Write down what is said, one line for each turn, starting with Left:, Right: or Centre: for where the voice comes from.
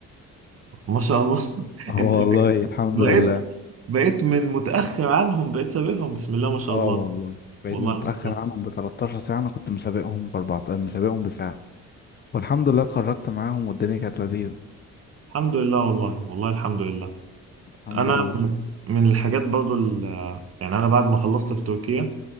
Right: ما شاء الله <laughs>
Left: اه
Right: انت
Left: والله الحمد
Right: بقيت
Left: لله
Right: بقيت من متأخر عنهم بقيت سابقهم بسم الله ما شاء
Left: اه
Right: الله
Left: والله بعيد
Right: والله
Left: متأخر
Right: ما شاء الله
Left: عنهم ب 13 ساعة أنا كنت مسابقهم ب 14 مسابقهم بساعة والحمد لله اتخرجت معاهم والدنيا كانت لذيذة
Right: الحمد لله والله والله الحمد لله
Left: الحمد
Right: انا
Left: لله
Right: من الحاجات برضو ال- يعني انا بعد ما خلصت في تركيا